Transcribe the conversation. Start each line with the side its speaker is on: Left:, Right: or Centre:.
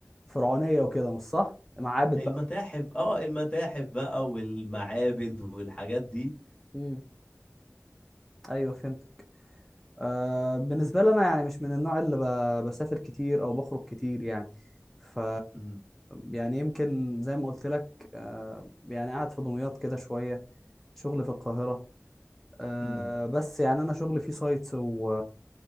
Centre: فرعونية وكده مش صح معابد
Left: المتاحف اه المتاحف بقى والمعابد والحاجات دي
Centre: امم ايوه فهمتك آه بالنسبه لي انا يعني مش من النوع اللي ب... بسافر كتير او بخرج كتير يعني ف
Left: امم
Centre: يعني يمكن زي ما قلت لك آه يعني قاعد في دمياط كده شويه شغلي في القاهره آه
Left: امم
Centre: بس يعني انا شغلي فيه سايتس و